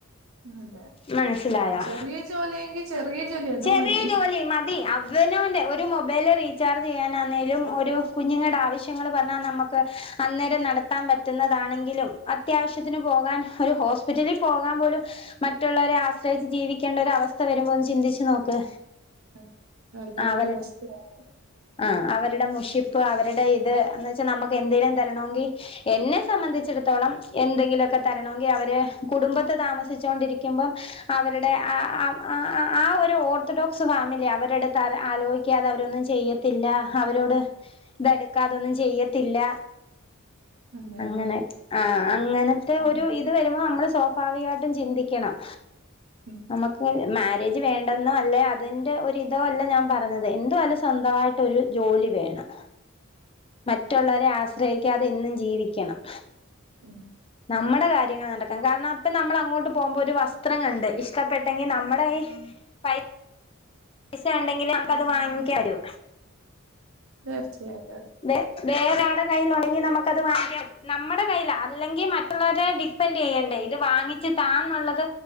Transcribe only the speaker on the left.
മനസിലായോ
ചെറിയ
ജോലി മതി അവനന്റെ ഒരു മൊബൈൽ മൊബൈല് റീചാർജ് ചെയ്യാൻ ആന്നേലും ഒരു കുഞ്ഞുങ്ങളുടെ ആവശ്യങ്ങൾ പറഞ്ഞാൽ നമ്മുക്ക് അന്നേരം നടത്താൻ പറ്റുന്നതാണെങ്കിലും അത്യാവശ്യത്തിന് പോകാൻ ഒരു ഹോസ്പിറ്റലിൽ പോകാൻ പോലും മറ്റുള്ളവരെ ആശ്രയിച്ച് ജീവിക്കേണ്ട ഒരു അവസ്ഥ വരുമ്പോന്ന് ചിന്തിച്ചു നോക്ക്
അവര് ആ അവരുടെ മുഷിപ്പ് അവരുടെ ഇത് എന്നുവച്ച് നമ്മുക്ക് എന്തെലിലും തരണമെങ്കിൽ എന്നെ സംബന്ധിച്ചിടത്തോളം എന്തെങ്കിലുമൊക്കെ തരണമെങ്കിൽ അവര് കുടുംബത്ത് താമസിച്ചൊണ്ടിരിക്ക ക്ക്മ്പം അവരുടെ ആ ആ ഒരു ഓർത്തഡോക്സ് ഫാമിലി അവരടുത്ത് ആലോചിക്കാതെ അവരൊന്നും ചെയ്യത്തില്ല അവരോട് ഇതടുക്കാതൊന്നും ചെയ്യത്തില്ല.
അങ്ങനെ
ആ അങ്ങനത്തെ
ഒരു ഇത് വരുമ്പോ നമ്മള് സ്വയം പാവിയാട്ടും ചിന്തിക്ക് കിണം
നമ്മുക്ക് മാറ്റ് ജ് വേണ്ടെന്നോ അല്ലെ അതിന്റെ ഒ ഇതോ അല്ല ഞാൻ പറഞ്ഞത് എന്തു ആലും സ്വന്തമായിട്ട് ഒരു ജോലി വേണം മറ്റുള്ളവരെ ആശ്രയിക്കാതെ എന്നും ജീവിക്കണം
നമ്മുടെ കാര്യങ്ങൾ നടക്കാം കാരണം അപ്പം നമ്മൾ അങ്ങോട്ട് പോകുമ്പോ ഒരു വസ്ത്രം കണ്ട് ഇഷ്ടപ്പെട്ടെങ്കിൽ നമ്മുടെ കൈ പൈസ പൈസ ഉണ്ടെങ്കിൽ നമ്മുക്ക് അത് വാങ്ങിക്കാരൂ
വെ വേറെ ആടെ കയ്യിലാണെങ്കിൽ നമ്മുക്ക് നമ്മുക്കത് വാങ്ങിക്ക നമ്മുടെ കൈയ്യില അല്ലെങ്കിൽ മറ്റുള്ളവരെ ഡിപ്പെൻഡ് ചെയ്യണ്ടേ ഇത് വാങ്ങിച്ചു താന്നുള്ളത്